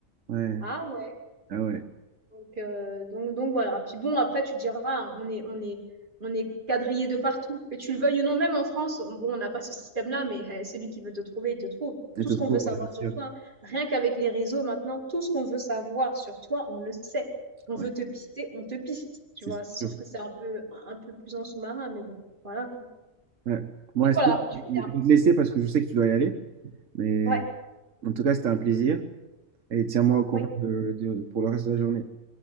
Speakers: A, on the right (about 85°); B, on the right (about 40°).
A: Ouais,
B: ah ouais.
A: ah ouais.
B: Donc, euh, donc, donc voilà. Puis bon, après, tu diras, on est, on est, on est quadrillé de partout. Que tu le veuilles ou non, même en France, on, bon, on n'a pas ce système-là, mais eh, celui qui veut te trouver, il te trouve.
A: Et
B: Tout
A: te
B: ce
A: trouves,
B: qu'on veut savoir
A: ouais, c'est
B: sur
A: sûr.
B: toi, rien qu'avec les réseaux maintenant, tout ce qu'on veut savoir sur toi, on le sait. On
A: Ouais,
B: veut te pister, on te piste, tu
A: c'est
B: vois. Sauf
A: sûr.
B: que c'est un peu, un peu plus en sous-marin, mais bon, voilà quoi.
A: Ouais. Bon,
B: Mais
A: Yasmine,
B: voilà, j'aime
A: je
B: bien.
A: vais te laisser parce que je sais que tu dois y aller. Mais
B: Ouais,
A: en tout cas, c'était un plaisir. Et tiens-moi au courant
B: oui.
A: de- de- pour le reste de la journée.